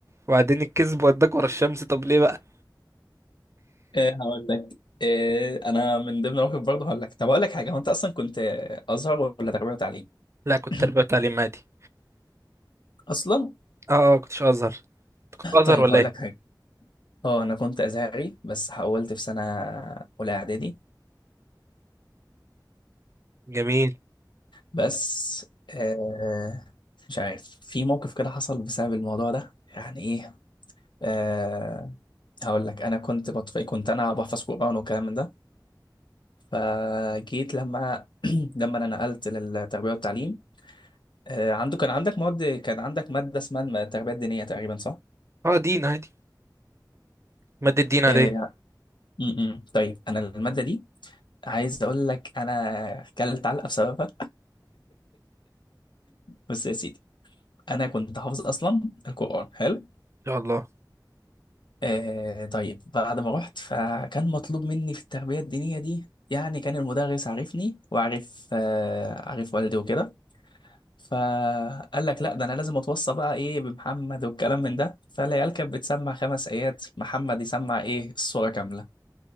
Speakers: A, on the right; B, on the left.
A: وبعدين الكذب وداك ورا الشمس طب ليه بقى
B: إيه هقول لك إيه انا من ضمن المواقف برضه هقول لك طب اقول لك حاجه هو انت اصلا كنت ازهر ولا تربيه وتعليم
A: لا كنت
B: <clears throat>
A: تربية وتعليم عادي
B: اصلا
A: اه اه كنتش ازهر أنت كنت ازهر
B: طيب
A: ولا
B: هقول
A: ايه
B: لك حاجه اه انا كنت ازهري بس حولت في سنه اولى اعدادي
A: جميل
B: بس آه مش عارف في موقف كده حصل بسبب الموضوع ده يعني ايه آه هقول لك انا كنت بطفي كنت انا بحفظ قرآن والكلام من ده فجيت لما <clears throat> لما انا نقلت للتربيه والتعليم آه، عنده كان عندك مواد كان عندك مادة اسمها الم- التربية الدينية تقريبا صح؟
A: اه دين عادي مادة دين عادية
B: آه،
A: ان
B: م- م. طيب أنا المادة دي عايز أقول لك أنا كلت علقة بسببها بس يا سيدي أنا كنت حافظ أصلا القرآن حلو؟
A: شاء الله
B: آه، طيب بعد ما رحت فكان مطلوب مني في التربية الدينية دي يعني كان المدرس عارفني وعارف آه، عارف والدي وكده فقال لك لا ده انا لازم اتوصى بقى ايه بمحمد والكلام من ده فالعيال كانت بتسمع خمس ايات محمد يسمع ايه السوره كامله